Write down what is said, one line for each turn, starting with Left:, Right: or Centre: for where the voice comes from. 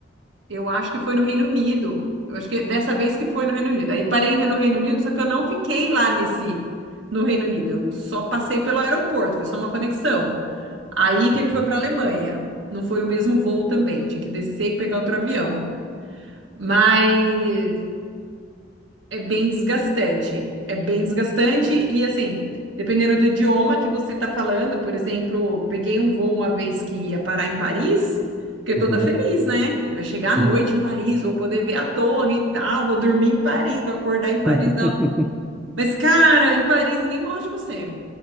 Right: eu acho que foi no Reino Unido. Eu acho que dessa vez que foi no Reino Unido. Aí parei no Reino Unido, só que eu não fiquei lá nesse no Reino Unido. Eu só passei pelo aeroporto, foi só uma conexão. Aí que
Centre: uhum,
Right: ele foi para Alemanha. Não foi o mesmo voo também. Eu tinha que descer e pegar outro avião. Mas é bem desgastante. É bem desgastante e assim, dependendo do idioma que você está falando, por exemplo, peguei um voo uma vez que ia parar em Paris, fiquei
Centre: uhum,
Right: toda feliz, né? Ele vai chegar à
Centre: uhum.
Right: noite em Paris, vou poder ver a torre e tal, vou dormir em Paris, vou acordar em
Centre: <laughs>
Right: Paris, não. Mas, cara, em Paris ninguém gosta de você.